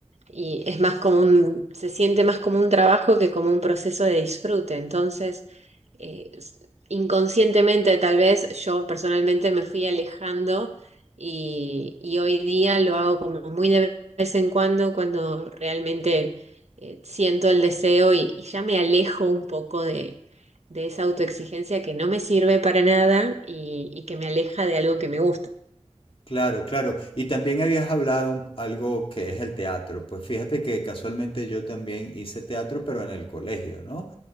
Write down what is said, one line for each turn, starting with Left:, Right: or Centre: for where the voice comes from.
Right: y es más como un, se siente más como un trabajo que como un proceso de disfrute. Entonces, eh, s- inconscientemente tal vez yo personalmente me fui alejando y, y hoy día lo hago como muy de vez en cuando cuando realmente eh, siento el deseo y, y ya me alejo un poco de... de esa autoexigencia que no me sirve para nada y, y que me aleja de algo que me gusta.
Left: Claro, claro. Y también habías hablado un- algo que es el teatro. Pues fíjate que casualmente yo también hice teatro, pero en el colegio, ¿no?